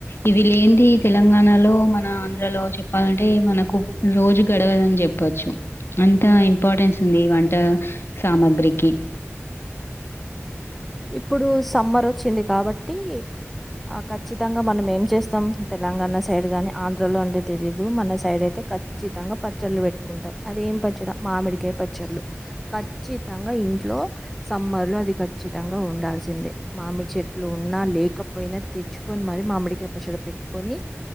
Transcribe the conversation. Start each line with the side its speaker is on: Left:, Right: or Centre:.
Left: ఇవి లేన్ది తెలంగాణలో, మన ఆంధ్రలో చెప్పాలంటే మనకు రోజు గడవదని చెప్ పొచ్చు అంత ఇంపార్టెన్స్ ఉంది వంట సామాగ్రికి
Centre: ఇప్పుడు సమ్మర్ వచ్చింది కాబట్టి ఆ క చ్చితంగా మనం ఏం చేస్తం తెలంగాణ సైడ్ కానీ ఆంధ్రలో అంటే తెలీయదు మన సైడ్ అయితే ఖచ్చితం గా పచ్చడ్లు పెట్టుకుంటం అదేం పచ్చడ! మామిడికాయ పచ్చడ్లు ఖచ్చితంగా ఇంట్లో సమ్మర్ లో అది ఖ చ్చితంగా ఉండాల్సిందే. మామిడి చెట్లు ఉన్నా, లేకపోయినా తెచ్చుకొని మరి మామిడి కాయ పచ్చడ పెట్టుకొని